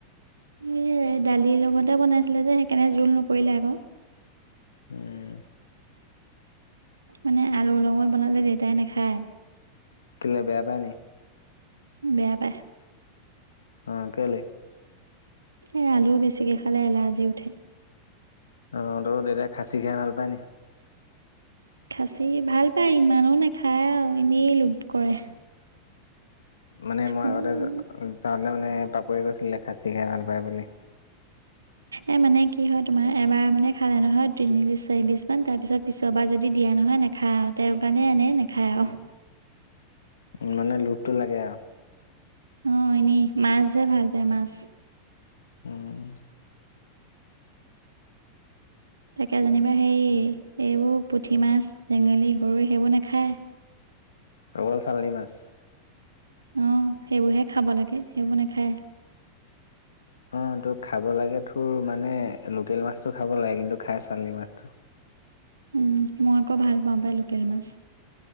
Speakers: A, on the right; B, on the left.
A: সেইয়াই দালিৰ লগতে বনাইছিলে যে সেইকাৰণে জোল নকৰিলে আক।
B: উম,
A: মানে আলু লগত বনালে দেউতাই নাখায়।
B: কেলে বেয়া পাই নি?
A: বেয়া পায়।
B: অ কেলে।
A: এই আলু বেছিকৈ খালে এলাৰ্জি উঠে।
B: অ তোৰ দেউতা খাচী খাই ভাল পায় নি।
A: খাচি ভাল পায় ইমানো নাখায় আৰু এনেই লোপ কৰে।
B: মানে মই
A: উম,
B: আগতে যাওঁতে মানে বাপেৰে কৈছিল খাচি হে খাই ভাল পায় বুলি। হয়।
A: এ মানে কি হয় তোমাৰ এবাৰ মানে খালে নহয় তিনি পিচ চাৰি পিচ মান তাৰ পিছত পিছবাৰ যদি দিয়া নহয় নে! খায় আৰু তেওঁৰ কাৰণে আনে নাখায় আৰু।
B: উম মানে লুভটো লাগে আৰু।
A: অ এনেই মাছহে ভাল পায় মাছ।
B: উম।
A: তাকে যেনিবা হেই এইবোৰ পুঠি মাছ, চেঙেলী, গৰৈ সেইবোৰ নাখায়।
B: অকল চালনী মাছ।
A: অ' সেইবোৰহে খাব লাগে, সেইবোৰ নাখায়।
B: অ' তোৰ খাব লাগে তোৰ মানে লোকেল মাছতটো খাব লাগে কিন্তু খাই চালী মাছটো।
A: উম, মই আকৌ ভাল পাওঁ পাই লোকেল মাছ।